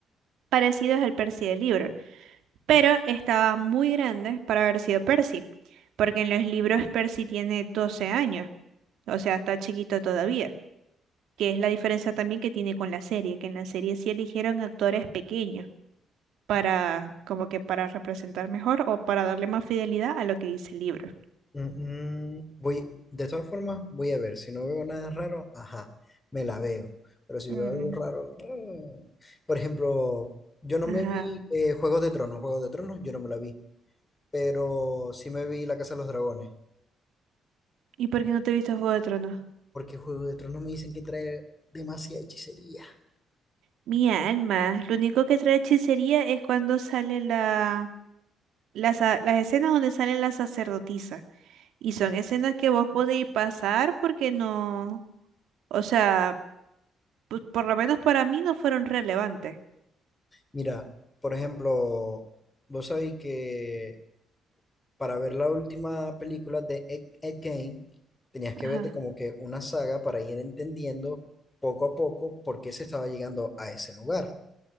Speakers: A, on the right; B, on the left.
A: parecidas al Percy del libro, pero estaba muy grande para haber sido Percy, porque en los libros Percy tiene 12 años, o sea, está chiquito todavía. que es la diferencia también que tiene con la serie, que en la serie sí eligieron actores pequeños para como que para representar mejor o para darle más fidelidad a lo que dice el libro.
B: Mm, mm, voy, de todas formas, voy a ver. Si no veo nada raro, ajá, me la veo. Pero si
A: Mm,
B: veo algo raro, mm. por ejemplo, yo no
A: Ajá.
B: me vi eh, Juegos de Tronos. Juegos de Tronos, yo no me la vi. Pero sí me vi La Casa de los Dragones.
A: ¿Y por qué no te viste Juego de Tronos?
B: Porque Juegos de Tronos me dicen que trae demasiada hechicería.
A: Mi alma, lo único que trae hechicería es cuando sale la, las a- las escenas donde sale la sacerdotisa. Y son escenas que vos podéis pasar porque no, o sea, pu- por lo menos para mí no fueron relevantes.
B: Mira, por ejemplo, vos sabéis que para ver la última película de Ed, Ed Gein, tenías que
A: Ajá.
B: verte como que una saga para ir entendiendo poco a poco por qué se estaba llegando a ese lugar.